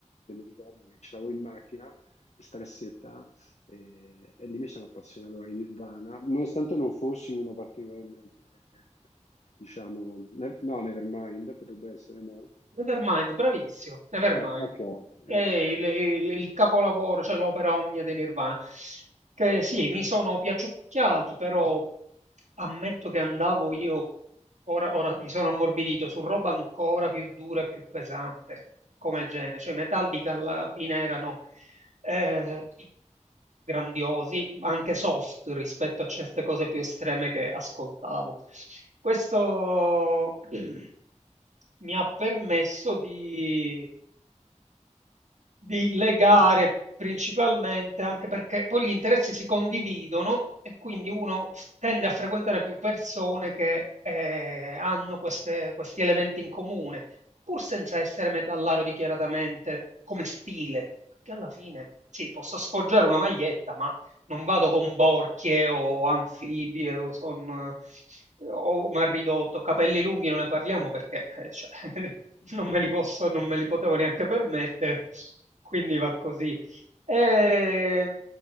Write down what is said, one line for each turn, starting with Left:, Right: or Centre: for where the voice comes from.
Left: ricordo che ce l'avevo in macchina, questa cassetta, e, e lì mi sono appassionato ai Nirvana, nonostante non fossi uno particolarmente, eh, diciamo, ne- no, Nevermind, potrebbe essere, no?
Right: Nevermind, bravissimo, Nevermind.
Left: Ah, ok,
Right: È
Left: ecco.
Right: il, il- il capolavoro, cioè l'opera omnia dei Nirvana. Che sì, mi sono piaciucchiati, però ammetto che andavo io, ora, ora mi sono ammorbidito, su roba ancora più dura e più pesante come genere. Cioè, i Metallica alla fine erano eh, grandiosi, ma anche soft rispetto a certe cose più estreme che ascoltavo. Questo <clears throat> mi ha permesso di, di legare principalmente, anche perché poi gli interessi si condividono e quindi uno f- tende a frequentare più persone che eh, hanno queste- questi elementi in comune, pur senza essere metallaro dichiaratamente come stile, perché alla fine sì, posso sfoggiare una maglietta, ma non vado con borchie o anfibie o, son, eh, o mal ridotto, capelli lunghi non ne parliamo perché eh, cioè, <laughs>
Left: <laughs>
Right: non me li posso, non me li potevo neanche permettere, quindi va così. E,